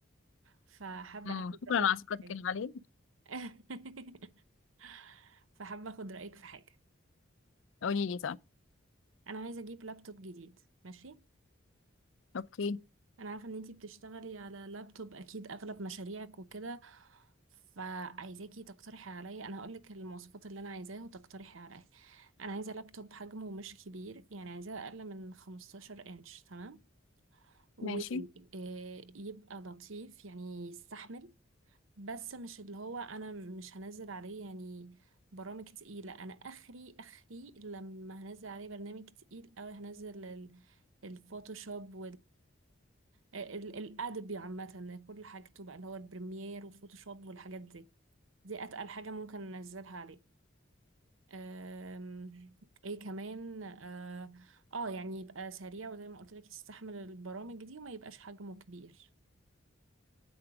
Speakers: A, on the right (about 80°); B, on the left (about 70°).
A: فحابة
B: امم
A: اخد
B: شكرا
A: رأيك
B: على ثقتك
A: في حاجة
B: الغالية
A: <laughs> فحابة اخد رأيك في حاجة
B: قولي لي صح
A: انا عايزة اجيب لابتوب جديد ماشي
B: اوكي
A: انا عارفه ان انتي بتشتغلي على لابتوب اكيد اغلب مشاريعك وكده فعايزاكي تقترحي عليا انا هقولك المواصفات اللي انا عايزاها وتقترحي عليا انا عايزه لابتوب حجمه مش كبير يعني عايزاه اقل من 15 انش تمام ويبقى
B: ماشي
A: لطيف يعني يستحمل بس مش اللي هو انا مش هنزل عليه يعني برامج تقيله انا اخري اخري لما هنزل عليه برنامج تقيل او هنزل ال- الفوتوشوب ال- الأدبي عامة كل حاجته بقى اللي هو البريمير وفوتوشوب والحاجات دي دي أتقل حاجة ممكن ننزلها عليه أم، ايه كمان اه آه، يعني يبقى سريع وزي ما قلت لك يستحمل البرامج دي وما يبقاش حجمه كبير